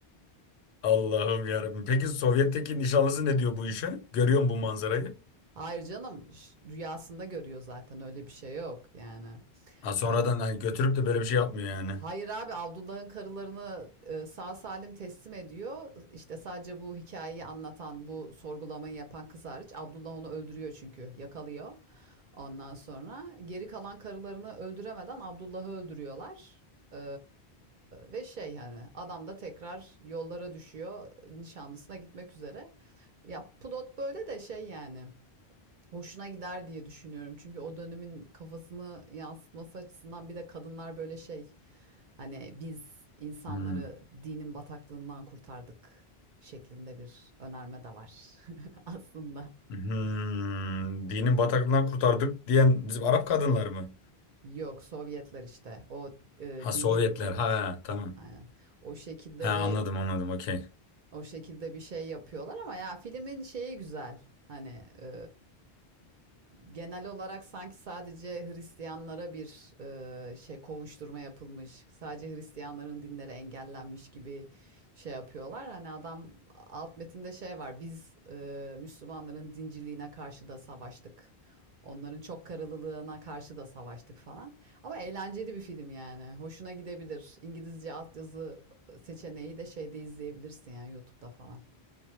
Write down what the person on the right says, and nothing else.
Hayır canım ş- rüyasında görüyor zaten öyle bir şey yok yani.
An-
Hayır abi Abdullah'ın karılarını e, sağ salim teslim ediyor. İşte sadece bu hikayeyi anlatan bu sorgulamayı yapan kız hariç Abdullah onu öldürüyor çünkü yakalıyor. Ondan sonra geri kalan karılarını öldüremeden Abdullah'ı öldürüyorlar. Ee, ve şey hani adam da tekrar yollara düşüyor nişanlısına gitmek üzere. Ya plot böyle de şey yani hoşuna gider diye düşünüyorum. Çünkü o dönemin kafasını yansıtması açısından bir de kadınlar böyle şey hani biz insanları
dinin bataklığından kurtardık şeklinde bir önerme de var <laughs> aslında.
Yok Sovyetler işte o e,
dini
aynen. O şekilde
bir
O şekilde bir şey yapıyorlar ama ya filmin şeyi güzel. Hani e, genel olarak sanki sadece Hristiyanlara bir e, şey kovuşturma yapılmış. Sadece Hristiyanların dinleri engellenmiş gibi şey yapıyorlar. Hani adam alt metinde şey var. Biz e, Müslümanların dinciliğine karşı da savaştık. Onların çok karılılığına karşı da savaştık falan. Ama eğlenceli bir film yani. Hoşuna gidebilir. İngilizce altyazı seçeneği de şeyde izleyebilirsin yani YouTube'da falan.